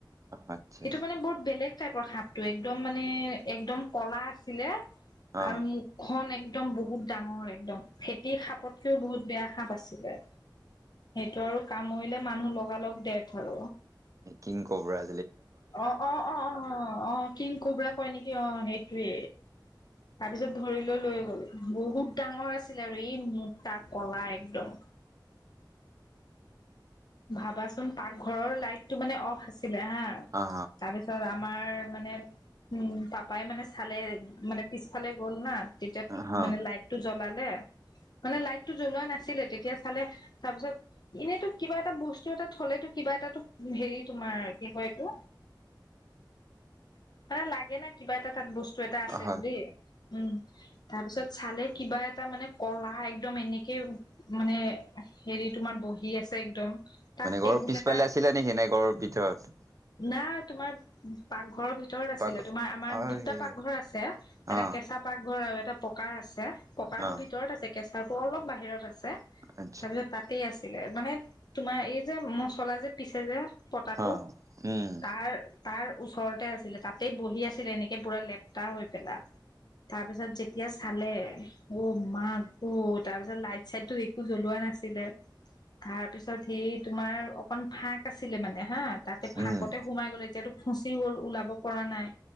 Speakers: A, on the right; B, on the left.
A: অহ আচ্ছা
B: এইটো মানে বহুত বেলেগ টাইপৰ সাপ টো এইটো একদম মানে একদম ক'লা আছিলে
A: অহ
B: আৰু মুখখন এক দম বহুত ডাঙৰ একদম ফেটিৰ সাপতকেও বহুত বেয়া সাপ আছিলে, সেইটো আৰু কামুৰিলে মানুহ লগালগ দেথ হ'ব।
A: কিংকবৰা
B: অ', অ'-অ'-অ'- অ'-অ', কিংকবৰা হয় নেকি অ', সেইটোৱে। তাৰ পিছত ধৰি লৈ- লৈ গ'ল বহুত ডাঙৰ আছিল আৰু এই মোটা ক'লা একদম। ভাবাচোন পাকঘৰৰ লাইটটো মানে অফ আছ ছিলে হা,
A: অহ
B: তাৰপিছত আমাৰ মানে উম, পাপাই মানে চালে মানে পিছফালে গ'ল না তেতিয়া
A: অহ
B: মানে লাইটটো জ্বলালে মানে লাইটটো জ্বলোৱা নাছিলে, তেতিয়া চালে তাৰপিছত এনেইতো কিবা এটা বস্তু এটা থ'লেটো কিবা এটা হেৰি তোমাৰ কি কয়, এইটো মানে লাগে না, কিবা এটা তাত বচ এটা আছে
A: অহ
B: বুলি উম, তাৰপিছত চালে কিবা এটা মানে কলা এক দম এনেকে মানে হেৰি তোমাৰ বহি আছে। <unintelligible>
A: মানে
B: টেবুল
A: ঘৰৰ পিছফালে
B: এটা
A: আছিলে নেকি এনেই ঘৰৰ ভিতৰত?
B: না তোমাৰ পাকঘৰৰ ভি তৰত আছিলে
A: পাক
B: তোমাৰ আমাৰ
A: আৰে
B: দুটা পাকঘৰ আছে এটা
A: অ
B: কেঁচা পাকঘৰ আৰু এটা পকাৰ আছ চে পকাৰটো
A: অ
B: ভিতৰত আছে কেঁচাটো অলপ বাহিৰত আছে
A: আচ্ছা
B: তাৰপিছত তাতে আছ ছিলে মানে তোমাৰ এই যে মচলা যে পিচে যে। পতাটো
A: অ উম
B: তাৰ তাৰ ওচৰতে আছিলে তাতেই বহি আছিলে এনেকে পুৰা লেপ্তা হৈ পেলা তাৰপিছত যেতিয়া চালে মাৰ মা ক'ত তাৰপিছত লাইট চাইটটো একো জ্বলোৱা নাছিলে তাৰপিছত এই তোমাৰ অকণ ফাঁক আছিলে মানে হা, তাতে ফাঁকতে
A: উম
B: সোমাই গ'ল এতিয়াতো ফচি গ'ল ওলাব পৰা নাই।